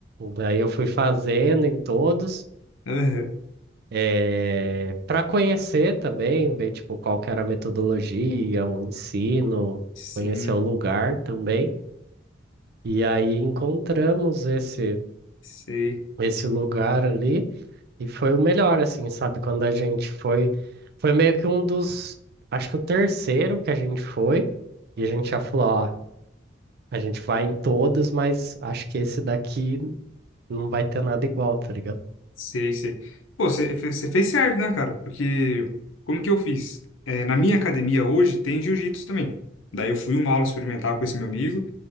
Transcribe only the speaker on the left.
Aham.
Sim,
sei,
sei, sei. Pô, você fez certo, né, cara? Porque como que eu fiz? É, na minha academia hoje tem jiu-jitsu também. Daí eu fui uma aula experimental com esse meu amigo,